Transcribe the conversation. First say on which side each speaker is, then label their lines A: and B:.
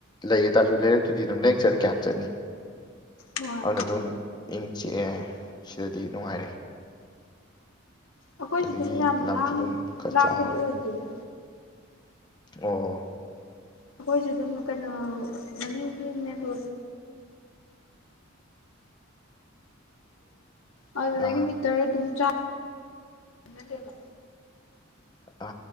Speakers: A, on the left; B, on the left.
A: ꯂꯩꯌꯦ ꯇꯥꯔꯁꯨ ꯂꯩꯔꯛꯇꯨꯗꯤ ꯑꯗꯨꯝ ꯂꯔꯛ ꯆꯠꯂ ꯀꯌꯥꯝ ꯆꯠꯅꯤ
B: ꯍꯣꯏ
A: ꯑꯗꯨꯅ ꯑꯗꯨꯝ ꯏꯪ ꯆꯤꯛꯑꯦ ꯁꯤꯗꯗꯤ ꯅꯨꯡꯉꯥꯏꯔꯦ
B: ꯑꯩꯈꯣꯏꯁꯨ
A: ꯑꯗꯒꯤ
B: ꯑꯗꯨꯝ ꯌꯥꯝ
A: ꯂꯝꯁꯨ
B: ꯂꯥꯡ
A: ꯑꯗꯨꯝ ꯈꯔ
B: ꯂꯥꯡꯕꯗꯤ
A: ꯆꯥꯎꯔꯦ
B: ꯑꯣꯏꯗꯦꯗ
A: ꯑꯣ
B: ꯑꯩꯈꯣꯏꯁꯨ ꯑꯗꯨꯝ ꯀꯩꯅꯣ ꯃꯅꯤꯡꯟꯅꯣ ꯑꯦ ꯑꯗꯨꯗꯒꯤ
A: ꯑꯥ
B: ꯃꯤꯇꯔ ꯑꯗꯨꯝ ꯑ ꯂꯩꯕ
A: ꯑ